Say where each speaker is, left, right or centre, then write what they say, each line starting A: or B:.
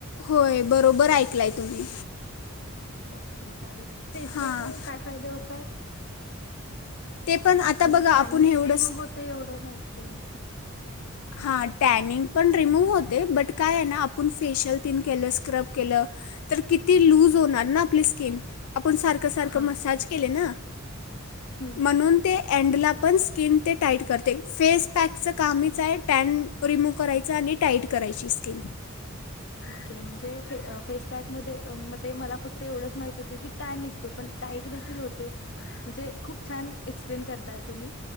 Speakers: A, on the left (about 90°); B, on the left (about 55°).
A: होय बरोबर ऐकलाय तुम्ही
B: ओके चालेल फेसपॅकमुळे
A: हां
B: काय फायदे होतात
A: ते पण आता
B: म्हणजे
A: बघा
B: टॅनिंग
A: आपण एवढंच
B: रिमूव्ह होतय एवढं माहीतीये
A: हा टॅनिंग पण रिमूव्ह होते बट काय आहे ना आपण फेशियल पण केलं स्क्रब केलं तर किती लूज होणार ना आपली स्किन आपण सारखं सारखं
B: हां.
A: मसाज केले ना
B: हं.
A: म्हणून ते अँडला पण स्किन ते टाईट करते फेसपॅकचं कामच आहे टॅन रिमूव्ह करायचा आणि टाईट करायची स्किन
B: ओके म्हणजे फेसपॅक मध्ये मध्ये मला फक्त एवढंच माहित होत की टाय निघतो पण टाईट देखील होते म्हणजे खूप छान एक- करताय तुम्ही